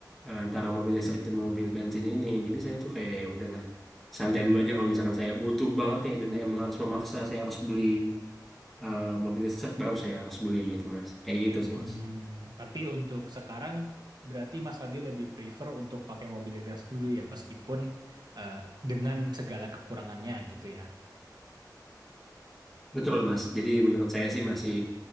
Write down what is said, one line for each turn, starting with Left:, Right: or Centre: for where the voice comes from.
Centre: eh, antara mobil listrik dan mobil bensin ini jadi saya tuh kayak ya udahlah santai
Right: hmm,
Centre: dulu aja kalau misalkan saya butuh banget ya dan emang harus memaksa saya harus beli eh, mobil listrik baru saya harus beli gitu mas kayak gitu sih
Right: hmm.
Centre: mas
Right: Tapi untuk sekarang berarti Mas Adi lebih prefer untuk pakai mobil gas dulu ya, meskipun eh, dengan segala kekurangannya gitu ya.
Centre: betul mas jadi menurut saya sih masih